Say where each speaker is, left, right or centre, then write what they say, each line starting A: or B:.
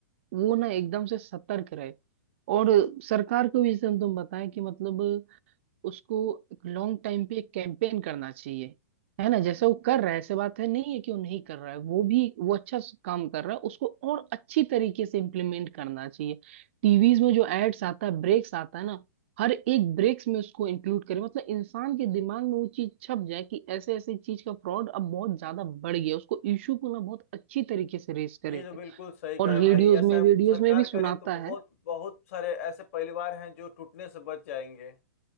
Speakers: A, on the right (about 40°); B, on the left (about 50°).
A: वो ना एकदम से सतर्क रहे और सरकार को भी तुम तुम बताएं कि मतलब उसको लॉन्ग टाइम पे एक कैंपेन करना चाहिए है ना जैसे वो कर रहा है ऐसे बात है नहीं है कि वो नहीं कर रहा है वो भी वो अच्छा स- काम कर रहा है उसको और अच्छी तरीके से इम्प्लीमेंट करना चाहिए टीवीज में जो एड्स आता है ब्रेक्स आता है ना हर एक ब्रेक्स में उसको इंक्लूड करें मतलब इंसान के दिमाग में वो चीज छप जाए कि ऐसे ऐसे चीज का फ्रॉड अब बहुत ज्यादा बढ़ गया उसको इशू को ना बहुत अच्छी तरीके से रेस करे
B: ये जो बिल्कुल सही
A: और
B: कहे
A: रेडियोज
B: भाई ऐसा
A: में वीडियोज
B: सरकार
A: में भी सुनाता
B: करे तो बहुत
A: है
B: बहुत सारे ऐसे परिवार हैं जो टूटने से बच जाएंगे